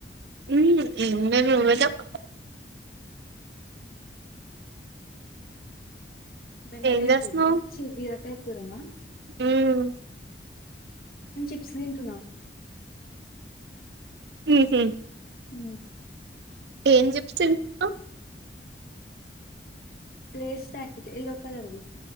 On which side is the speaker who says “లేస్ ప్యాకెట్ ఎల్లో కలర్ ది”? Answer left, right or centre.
Left